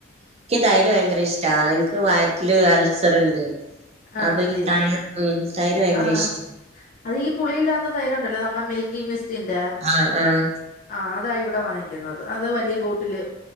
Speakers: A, on the right (about 35°); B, on the left (about 40°).
A: എനിക്ക് തൈര് ഭയങ്കര ഇഷ്ടാ എനിക്ക് വയറ്റില് അൾസർണ്ട്.
B: ആണല്ലേ
A: അപ്പൊക്ക് തൈര് ഉം തൈര് ഭയങ്കര
B: ആഹ്
A: ഇഷ്ട.
B: അത് ഈ പുളിയില്ലാത്ത തൈരുണ്ടല്ലോ നമ്മളെ മിൽക്കി മിസ്റ്റിന്റെ
A: ആഹ് ആഹ്
B: അ അതാ ഇവിടെ വാങ്ങിക്കുന്നത് അത് വലിയ ബോട്ടില്